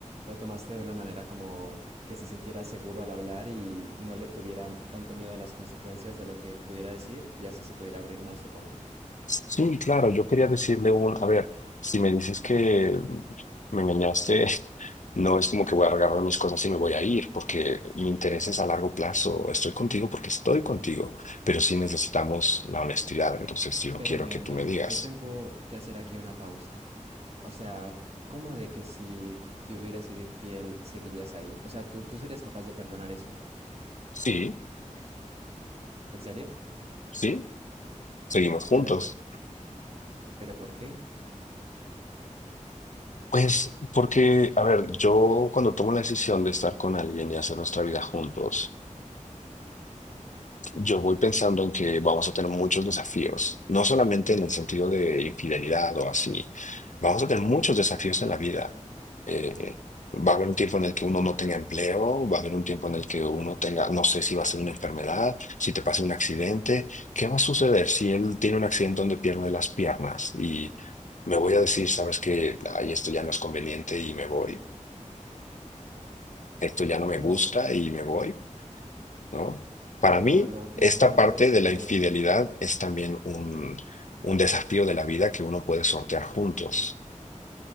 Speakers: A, on the right; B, on the left.
A: Lo tomaste de una manera como que se sintiera seguro al hablar y no le tuviera tanto miedo a las consecuencias de lo que pudiera decir y así se pudiera abrir más, supongo.
B: Sí, claro, yo quería decirle un, a ver, si me dices que me engañaste, <laughs> no es como que voy a agarrar mis cosas y me voy a ir, porque mi interés es a largo plazo, estoy contigo porque estoy contigo, pero sí necesitamos la honestidad, entonces yo
A: Pero
B: quiero
A: ven,
B: que tú
A: ven,
B: me digas,
A: yo tengo que hacer aquí una pausa. O sea, ¿cómo de que si te hubieras sido infiel seguirías ahí? O sea, ¿tú, tú serías capaz de perdonar eso?
B: sí,
A: ¿En serio?
B: sí, seguimos juntos.
A: Pero, pero ¿por qué?
B: Pues porque, a ver, yo cuando tomo la decisión de estar con alguien y hacer nuestra vida juntos, yo voy pensando en que vamos a tener muchos desafíos, no solamente en el sentido de infidelidad o así, vamos a tener muchos desafíos en la vida. Eh, va a haber un tiempo en el que uno no tenga empleo, va a haber un tiempo en el que uno tenga, no sé si va a ser una enfermedad, si te pasa un accidente, ¿qué va a suceder si él tiene un accidente donde pierde las piernas y me voy a decir, sabes que, ay, esto ya no es conveniente y me voy, esto ya no me
A: Claro,
B: gusta y me voy? ¿no? Para
A: pero
B: mí,
A: lo que
B: esta
A: creo
B: parte
A: yo es
B: de
A: que
B: la infidelidad es también un, un desafío de la vida que uno puede sortear juntos.